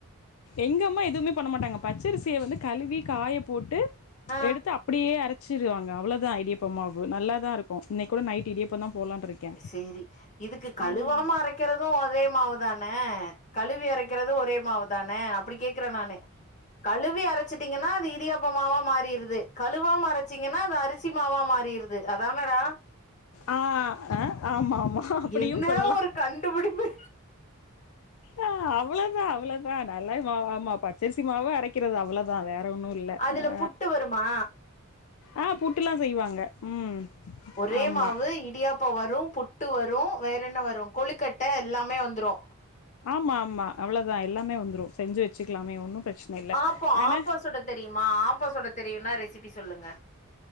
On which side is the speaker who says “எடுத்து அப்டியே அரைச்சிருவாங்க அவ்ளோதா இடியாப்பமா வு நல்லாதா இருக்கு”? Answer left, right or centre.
Left